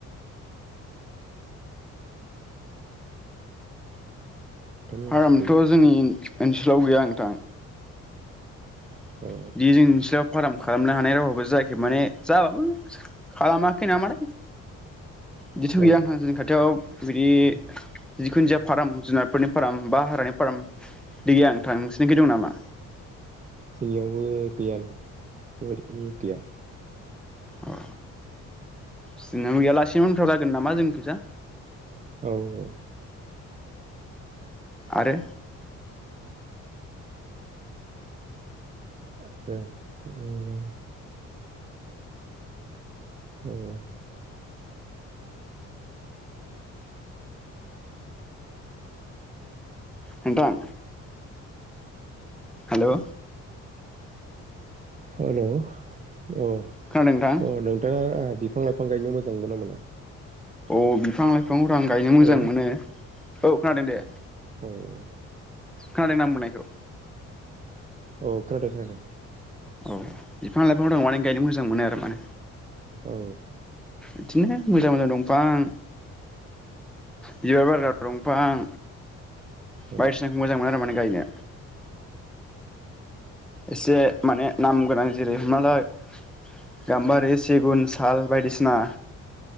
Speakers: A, on the right; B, in the centre.
A: <unintelligible> ओनसोलखै
B: आरामथ जोंनि। ओनसोलाव गैया नोंथां। <inaudible>
A: औ
B: फार्म खालामनो हानाय रावाबो जायाखै माने जाबाबो खालामाखै नामाथाय। बिदिथ गैया
A: औ
B: नोंथां जोंनि खाथियाव बिदि जिखुनु जाया फाराम जुनारफोरनि फाराम बा हागानि फाराम बिदि गैया नोंथां नोंसिनिखै दं नामा।
A: जोंनियावबो गैया नोंथां बेबायदि। नि गैया।
B: अ जोंनाबो गैया लासिनो उनफ्राव जागोन नामा जोंनिखैजा।
A: औ औ।
B: आरो
A: आरो बेनि अनगायै औ औ।
B: नोंथां हेलौ।
A: हालौ। अह
B: खोनादों नोंथां
A: अह नोंथाङा आ बिफां लाइफां गायनो मोजां मोनगोना मोना?
B: अ बिफां लाइ फिफांफोर आं गायनो मोजां
A: हेलौ
B: मोनो। औ खोनादों दे।
A: अह।
B: खोनादों आं बुंनायखौ।
A: औ खोनादों खोनादों।
B: औ बिफां लाइफां दं माने गायनो मोजां मोनो आरो माने।
A: औ।
B: इदिनो मोजां मोजां दंफां बिबार बारग्रा दंफां
A: औ
B: बायदिसिनाखौ मोजां मोनो आरो माने। गायनो एसे माने नाम गोनां जेरै हिमालय, गाम्बारि, सिगुन, साल बायदिसिना